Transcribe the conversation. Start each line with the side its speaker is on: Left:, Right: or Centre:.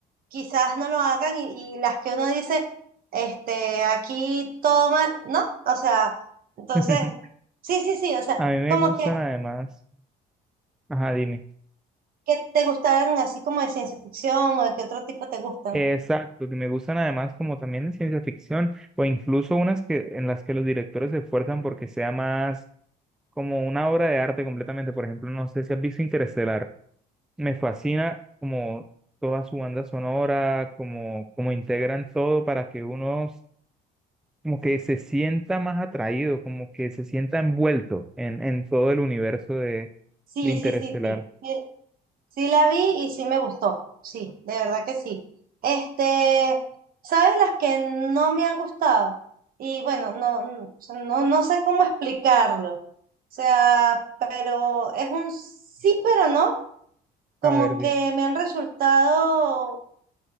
Right: quizás no lo hagan y, y las que uno dice, este, aquí todo mal, ¿no? O sea, entonces,
Centre: <laughs>
Right: sí, sí, sí, o sea.
Centre: A mí me
Right: Como
Centre: gustan
Right: que
Centre: además. Ajá, dime.
Right: ¿Qué te gustaban así como de ciencia ficción o de qué otro tipo te gustan?
Centre: Exacto, que me gustan además como también de ciencia ficción o incluso unas que en las que los directores se esfuerzan porque sea más como una obra de arte completamente. Por ejemplo, no sé si has visto Interestelar. Me fascina como toda su banda sonora, como como integran todo para que uno como que se sienta más atraído, como que se sienta envuelto en en todo el universo de
Right: Sí,
Centre: de Interestelar.
Right: sí, sí, sí. Sí, sí la vi y sí me gustó. Sí, de verdad que sí. Este, ¿sabes las que no me han gustado? Y bueno, no, no, o sea, no, no sé cómo explicarlo. O sea, pero es un sí, pero no. Como
Centre: A ver, dime.
Right: que me han resultado